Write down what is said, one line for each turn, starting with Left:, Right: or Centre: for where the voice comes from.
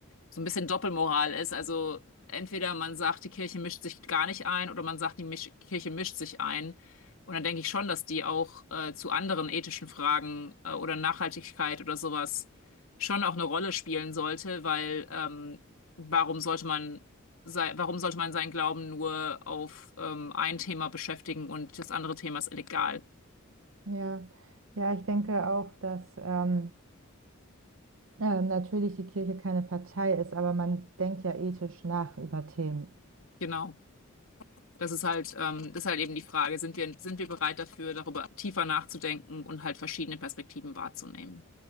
Left: so ein bisschen Doppelmoral ist. Also entweder man sagt, die Kirche mischt sich gar nicht ein, oder man sagt, die Misch Kirche mischt sich ein. Und dann denke ich schon, dass die auch äh, zu anderen ethischen Fragen äh, oder Nachhaltigkeit oder sowas schon auch eine Rolle spielen sollte, weil ähm, warum sollte man sei, warum sollte man seinen Glauben nur auf ähm, ein Thema beschäftigen und das andere Thema ist illegal?
Right: ja, ja, ich denke auch, dass ähm, ähm, natürlich die Kirche keine Partei ist, aber man denkt ja ethisch nach über Themen.
Left: Genau. Das ist halt, ähm, das ist halt eben die Frage, sind wir, sind wir bereit dafür, darüber tiefer nachzudenken und halt verschiedene Perspektiven wahrzunehmen?